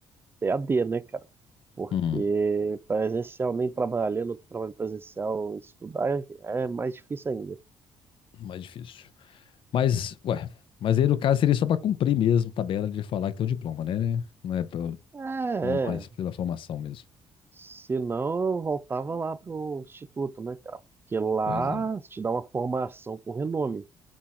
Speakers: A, on the right; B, on the left.
A: EAD, né, cara? Porque
B: Hum,
A: presencial, nem trabalhando, trabalho presencial, estudar é, é mais difícil ainda.
B: mais difícil. Mas, ué, mas aí, no caso, seria só pra cumprir mesmo tabela de falar que tem o diploma, né? Não é pra-
A: É,
B: bom mais
A: é.
B: pela formação mesmo.
A: Se não, eu voltava lá pro instituto, né, cara? Porque lá
B: Pois é.
A: te dá uma formação com renome.